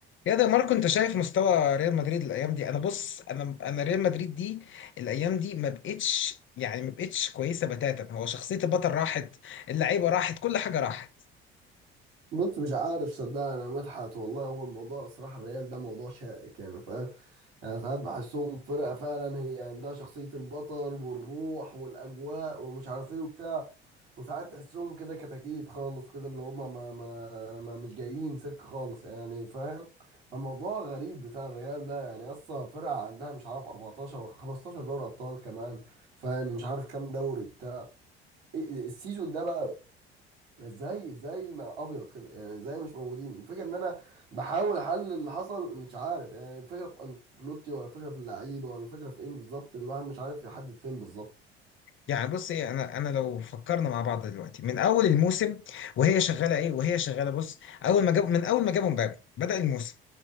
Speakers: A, on the left; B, on the right.
A: يا ده ماركو انت شايف مستوى ريال مدريد الايام دي انا بص انا انا ريال مدريد دي الايام دي ما بقتش يعني ما بقتش كويسه بتاتا هو شخصيه البطل راحت اللعيبه راحت كل حاجه راحت
B: بص مش عارف صدقني انا مدحت والله هو الموضوع صراحه الريال ده موضوع شائك يعني فاهم انا ساعات بحسهم فرقه فعلا هي عندها شخصيه البطل والروح والاجواء ومش عارف ايه وبتاع وساعات تحسهم كده كتاكيت خالص كده اللي هم ما ما, ما مش جايين سكه خالص يعني فاهم فالموضوع غريب بتاع الريال ده يعني اصلا فرقه عندها مش عارف 14 ولا 15 دوري ابطال كمان فاهم مش عارف كام دوري بتاع إيه، السيزون ده بقى ازاي ازاي مع ابيض كده يعني ازاي مش موجودين الفكره ان انا بحاول احلل اللي حصل مش عارف يعني الفكره في انفلوتي ولا الفكره في اللعيبه ولا الفكره في ايه بالظبط الواحد مش عارف يحدد فين بالظبط
A: يعني بص ايه انا انا لو فكرنا مع بعض دلوقتي من اول الموسم وهي شغاله ايه وهي شغاله بص اول ما جاب من اول ما جابوا مبابي بدأ الموسم